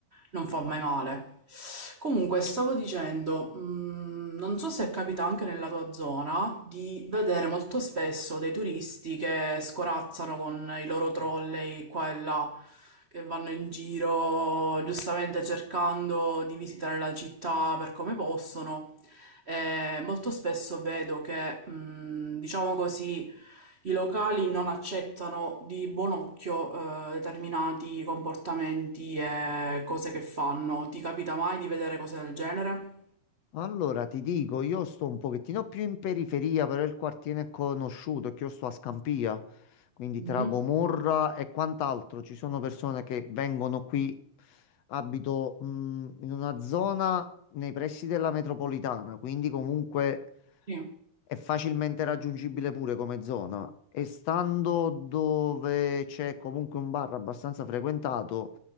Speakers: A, on the right (about 55°); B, on the left (about 65°).
A: non fa mai male. Comunque, stavo dicendo, mh, non so se capita anche nella tua zona di vedere molto spesso dei turisti che scorazzano con i loro trolley qua e là, che vanno in giro giustamente cercando di visitare la città per come possono. Eh, molto spesso vedo che, mh, diciamo così, i locali non accettano di buon occhio eh, determinati comportamenti e cose che fanno. Ti capita mai di vedere cose del genere?
B: Allora, ti dico, io sto un pochettino più in periferia, però il quartiere è conosciuto, è che io sto a Scampia, quindi
A: Mhm.
B: tra Gomorra e quant'altro. Ci sono persone che vengono qui, abito, mh, in una zona nei pressi della metropolitana, quindi comunque
A: Sì.
B: è facilmente raggiungibile pure come zona. E stando dove c'è comunque un bar abbastanza frequentato,